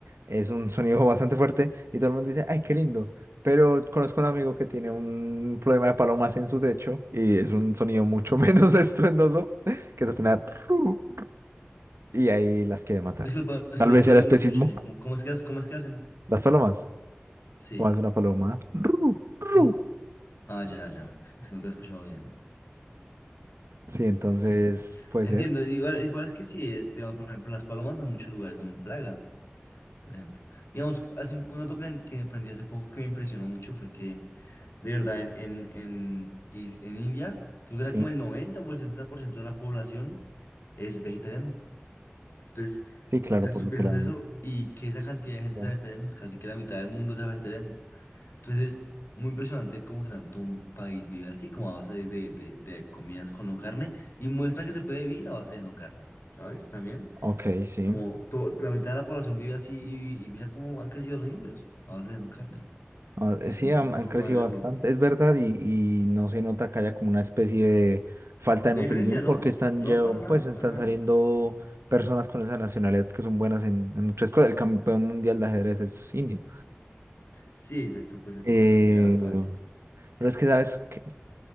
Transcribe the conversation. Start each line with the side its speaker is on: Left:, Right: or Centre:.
Right: Es un sonido bastante fuerte y todo el mundo dice, ay, qué lindo. Pero conozco un amigo que tiene un problema de palomas en su techo y es un sonido mucho <laughs> menos estruendoso, que es al final, "Ru", y ahí las quiere matar.
Left: Disculpa, disculpa,
Right: Tal vez
Left: es que
Right: era
Left: no te
Right: especismo.
Left: no te escuché bien. ¿Cómo, cómo es que, hace- cómo es que hacen?
Right: Las palomas.
Left: Sí.
Right: ¿Cómo hace una paloma? "Ru, ru".
Left: ¿Cómo? Ah, ya, ya. Es que es que no te he escuchado bien.
Right: Sí, entonces
Left: Y-
Right: puede
Left: entiendo,
Right: ser.
Left: igual, igual es que sí es, digamos, por ejemplo, las palomas en muchos lugares son plaga, por ejemplo. Digamos, hace un dato que, que aprendí hace poco que me impresionó mucho fue que, de verdad, en, en, en, is- en India, creo que era
Right: Sí,
Left: como el 90 o el 70% de la población es vegetariano. Entonces,
Right: sí, claro,
Left: entonces
Right: por
Left: tú
Right: lo
Left: piensas
Right: que la...
Left: eso y que esa cantidad de gente
Right: la-
Left: sea vegetariana es casi que la mitad del mundo sea vegetariano. Entonces es muy impresionante cómo que tanto un país vive así, como a base de, de, de- de comidas con no carne, y muestra que se puede vivir a base de no carnes, ¿sabes? También,
Right: Ok, sí.
Left: como to- la mitad de la población vive así y, y mira cómo han crecido los indios a base de no carne.
Right: Ah, eh,
Left: Es,
Right: Sí,
Left: un-
Right: han,
Left: es una
Right: han
Left: forma
Right: crecido
Left: de verlo.
Right: bastante, es verdad, y, y no se nota que haya como una especie de falta de
Left: De
Right: nutrición
Left: diferencia, ¿no?
Right: porque están
Left: No,
Right: ya,
Left: para nada,
Right: pues están
Left: para nada.
Right: saliendo personas con esa nacionalidad que son buenas en, en muchas cosas. El campeón mundial de ajedrez es indio.
Left: Sí, exacto, pues el
Right: Eh,
Left: campeón mundial actual, sí, sí.
Right: pero es que, ¿sabes? que